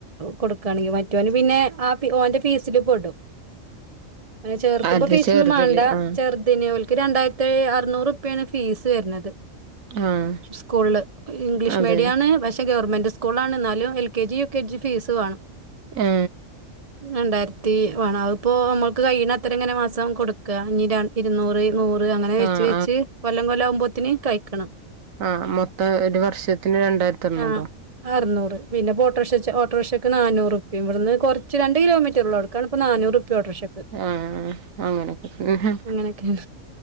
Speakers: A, on the right; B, on the right.
A: കൊടുക്കവാണെങ്കിൽറ മറ്റോൻ പിന്നെ ആ ഓന്റെ ഫീസിില് പെടും അങ്ങെ ചേർക്കുമ്പോ
B: അത്
A: പീസ
B: ചെറുതില്
A: ഒന്നും മാണ്ട
B: ആഹ്
A: ചെറുതെ ക്ക് രണ്ടായിരത്തി അറുന്നൂറുപ്യ ഫീസ് വരുന്നത്
B: ആഹ്
A: സ്കൂൾൽ ഇംഗ്ലീഷ്
B: അതെ
A: മീഡിയണ് പക്ഷെ ഗ ഗവൺമെന്റ് സ്കൂളാണെ ന്നാലും LKG U K G fees വേണം
B: ഏ
A: രണ്ടായിരത്തി വാണം അതിപ്പോ നമ്മൾക്ക് കയ്യിന്നത്ര ങ്ങനെ മാസം കൊടുക്ക ഇരുന്നൂറ് നൂറ് അങ്ങനെ വെച്ച്
B: ആഹ്
A: വെച്ച് കൊല്ലം കൊല്ലം ആകുമ്പോത്തന് കഴിക്കണം
B: ആ മൊത്തം ഒരു വർഷത്തിന് രണ്ടായിരത്തി അരുന്നൂറോ
A: ആ അറുന്നൂറ് പിന്നെപ്പോ ഓട്ടോക്ഷ ഓട്ടോറിക്ഷയ്ക്ക് നാനൂറ് പ്പ ഇവിടുന്ന്റ രണ്ട് കിലോമീറ്റർ ഉള്ള അവിടുക്കാണ് ഇപ്പോ നാനൂറ് ഓട്ടർശക്ക്
B: ആഹ് അങ്ങനൊക്കെ തന്നെ.
A: അങ്ങനെയൊക്കെയ